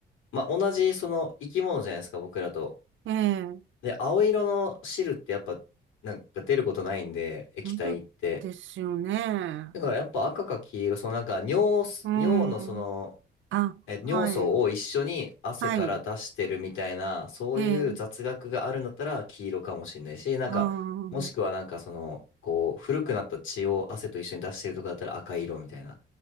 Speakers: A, on the left; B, on the right.
A: まあ、同じ、その、生き物じゃないですか、僕らと。
B: ええ、
A: で、青色の汁ってやっぱ、なんか出ることないんで、液体って。
B: 本当ですよね。
A: だから、やっぱ赤か黄色、その、なんか、尿す、
B: うん。
A: 尿の、その、
B: あ、
A: え、尿素を一緒に汗から出してるみたいな、
B: はい、はい、
A: そういう雑学があるんだったら黄色かもしれないし、
B: ええ、
A: なんか、
B: あー、
A: もしくはなんかその、こう、古くなった血を汗と一緒に出してるとかだったら赤い色みたいな。